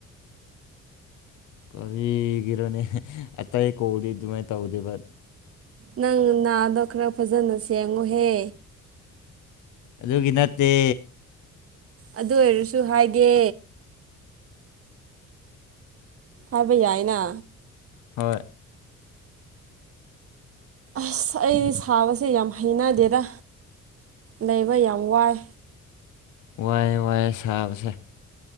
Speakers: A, on the left; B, on the right.
A: ꯀꯔꯤꯒꯤꯔꯣꯅꯦ ꯑꯇꯩ ꯑꯩ ꯀꯧꯗꯤ ꯑꯗꯨꯃꯥꯏꯅ ꯇꯧꯗꯦꯕ
B: ꯅꯪ ꯅꯥꯗꯣ ꯈꯔ ꯐꯖꯅ ꯁꯦꯡꯉꯨꯍꯦ꯫
A: ꯑꯗꯨꯒꯤ ꯅꯠꯇꯦ꯫
B: ꯑꯗꯨ ꯑꯣꯏꯔꯁꯨ ꯍꯥꯏꯒꯦ꯫ ꯍꯥꯏꯕ ꯌꯥꯏꯅ꯫
A: ꯍꯣꯏ꯫
B: ꯑꯁ ꯑꯩ ꯁꯥꯕꯁꯦ ꯌꯥꯝ ꯍꯩꯅꯗꯦꯗ ꯂꯩꯕ ꯌꯥꯝ ꯋꯥꯏ꯫
A: ꯋꯥꯏꯦ ꯋꯥꯏꯦ ꯁꯥꯕꯁꯦ꯫